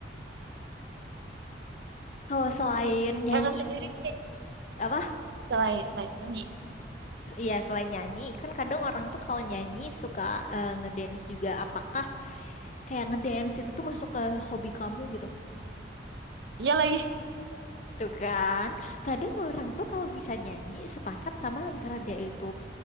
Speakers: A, on the left (about 40°); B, on the right (about 75°).
A: Kalau selain nyanyi,
B: Ella sendiri nih
A: apa?
B: selain selain nyanyi
A: Iya, selain nyanyi, kan kadang orang tuh kalau nyanyi suka eh, ngedance juga. Apakah kayak ngedance itu tuh masuk ke hobi kamu gitu?
B: dia lagi
A: Tuh kan? Kadang orang tuh kalau bisa nyanyi sepakat sama antara dia itu